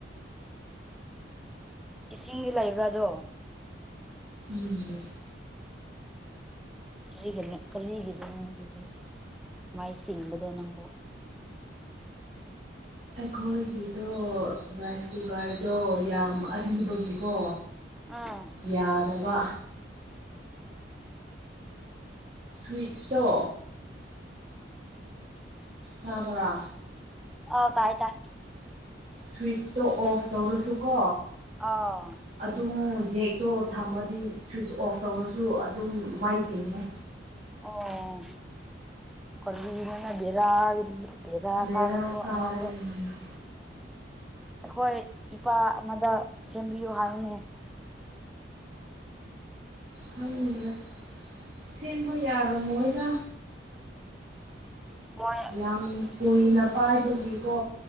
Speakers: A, in the centre; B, on the right.
A: ꯏꯁꯤꯡꯗꯤ ꯂꯩꯕ꯭ꯔꯥꯗꯣ
B: ꯎꯝ
A: ꯔꯤ ꯀꯔꯤꯒꯤꯗꯨꯣꯅꯦ ꯑꯗꯨꯕꯨ ꯃꯥꯏ ꯆꯁꯤꯡꯕꯗꯣ ꯅꯪꯕꯨ
B: ꯑꯩꯈꯣꯏꯒꯤꯗꯣ ꯔꯥꯏꯁ ꯀꯨꯀꯔꯗꯣ ꯌꯥꯝ ꯑꯔꯤꯕꯒꯤꯀꯣ
A: ꯎꯝ
B: ꯌꯥꯗꯕ ꯁ꯭ꯨꯏꯠꯠꯇ ꯇꯥꯕ꯭ꯔꯥ
A: ꯍꯥꯎ ꯇꯥꯏ ꯇ
B: ꯁ꯭ꯋꯤꯆꯇꯣ ꯑꯣꯐ ꯇꯧꯔꯁꯨꯀꯣ
A: ꯑꯥ
B: ꯑꯗꯨꯝ ꯖꯦꯛꯇꯣ ꯊꯝꯃꯗꯤ ꯁ꯭ꯋꯤꯆ ꯑꯣꯐ ꯇꯧꯔꯁꯨ ꯁꯨ ꯑꯗꯨꯝ ꯃꯥꯏ ꯆꯤꯡꯉꯦ
A: ꯑꯣ ꯀꯔꯕꯤꯅꯅ ꯦꯔꯒꯤꯔꯗꯤ ꯐꯔ
B: ꯕꯦꯔꯥ
A: ꯀꯥꯗꯅꯉꯥꯡꯒ
B: ꯀꯥꯔꯦ ꯎꯝ
A: ꯑꯩꯈꯣꯏ ꯏꯄꯥ ꯑꯃꯗ ꯁꯦꯝꯕꯤꯌꯨ ꯍꯥꯏꯅꯦ
B: ꯍꯪꯗ꯭ꯔꯦ ꯁꯦꯝꯕ ꯌꯥꯔꯣ ꯃꯣꯏꯗ
A: ꯃꯣꯏ
B: ꯌꯥꯝ ꯀꯨꯏꯅ ꯄꯥꯏꯕꯒꯤꯀꯣ